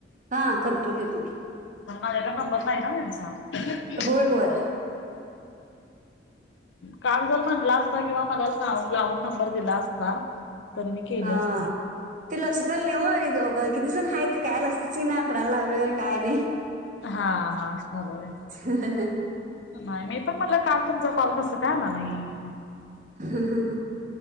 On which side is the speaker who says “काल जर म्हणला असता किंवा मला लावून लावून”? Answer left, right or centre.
Left